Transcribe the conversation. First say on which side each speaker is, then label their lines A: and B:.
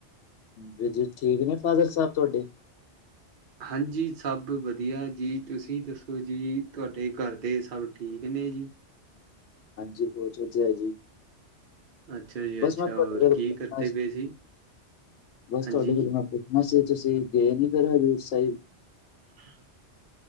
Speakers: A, on the left; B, on the right.
A: ਵੀਰ ਜੀ, ਠੀਕ ਨੇ ਫਾਦਰ ਸਾਹਿਬ ਤੁਹਾਡੇ?
B: ਹਾਂਜੀ, ਸਭ ਵਧੀਆ ਜੀ, ਤੁਸੀਂ ਦੱਸੋ ਜੀ, ਤੁਹਾਡੇ ਘਰ ਦੇ ਸਭ ਠੀਕ ਨੇ ਜੀ?
A: ਹਾਂਜੀ, ਬਹੁਤ ਵਧੀਆ ਜੀ।
B: ਅੱਛਾ ਜੀ
A: ਬਸ
B: ਅੱਛਾ
A: ਮੈਂ ਆਪੇ
B: ਹੋਰ
A: <unintelligible>
B: ਕੀ ਕਰਦੇ ਪਏ ਸੀ
A: ਬਸ
B: ਹਾਂਜੀ
A: ਤੁਹਾਡੇ ਮਾਸੀ ਤੁਸੀਂ ਗਏ ਨੀ ਫਿਰ ਹਜ਼ੂਰ ਸਾਹਿਬ?
B: <inaudible> <unintelligible>